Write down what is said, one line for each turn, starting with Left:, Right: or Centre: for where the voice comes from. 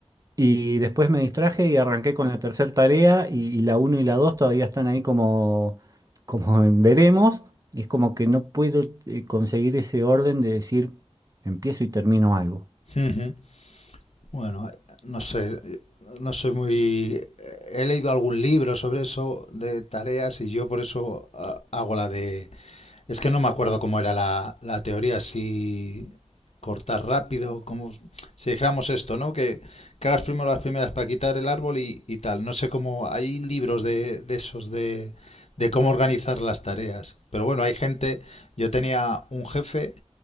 Right: Y después me distraje y arranqué con la tercera tarea. Y, y la uno y la 2 todavía están ahí como, como en veremos. Y es como que no puedo eh, conseguir ese orden de decir empiezo y termino algo.
Left: Ujú. Bueno, no sé, no soy muy... He leído algún libro sobre eso de tareas y yo por eso ah, hago la de Es que no me acuerdo cómo era la, la teoría, si cortar rápido, como si dijéramos esto, ¿no? Que, que hagas primero las primeras para quitar el árbol y, y tal. No sé cómo, hay libros de, de esos de, de cómo organizar las tareas. Pero bueno, hay gente, yo tenía un jefe